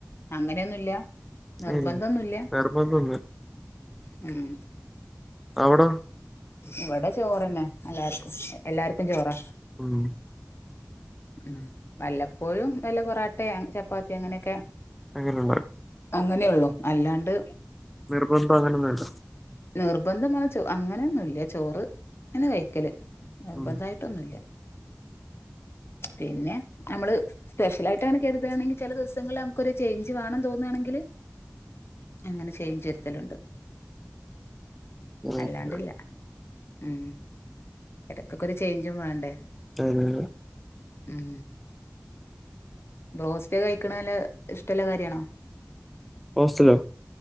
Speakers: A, on the left (about 50°); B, in the centre.
A: അങ്ങനെയൊന്നുല്ല നിർബന്ധോന്നുല്ല
B: ഏയ് നിർബന്ധമൊന്നുമില്ല
A: ഉം
B: അവിട
A: ഇവിടെ ചോറന്നെ എല്ലാര്ക്കും എല്ലാർക്കും ചോറാ
B: ഉം
A: ഉം വല്ലപ്പോഴും വല്ല പൊറാട്ട ചപ്പാത്തി അങ്ങനെക്കെ
B: അങ്ങനെ ഉണ്ണാറ്
A: അങ്ങനെ ഉള്ളൂ അല്ലാണ്ട്
B: നിർബന്ധം അങ്ങനെന്നും ഇല്ല
A: നിർബന്ധം ന്നാ ച്ചോ അങ്ങനെന്നുംല്ല ചോറ് അങ്ങനെ കഴിക്കല് നിർബന്ധായി
B: ഉം
A: ട്ടൊന്നുല്ല പിന്നെ നമ്മള് സ്പെഷ്യലായിട്ട് അങ്ങനെ കരുതാണെങ്കി ചില ദിവസങ്ങൾല് അം ക്കൊരു ചേഞ്ച് വേണം തോന്ന്ആണെങ്കില് അങ്ങനെ ചേഞ്ച് വരുത്തലുണ്ട് അല്ലാണ്ടില്ല
B: ഓക്കെ
A: ഉം ഇടക്കൊക്കെ ഒരു ചേഞ്ചും വേണ്ടേ
B: <unintelligible>
A: ഉം ബ്രോസ്റ്റ് കഴിക്കണല് ഇഷ്ടല്ല കാര്യാണോ?
B: ഹോസ്റ്റലോ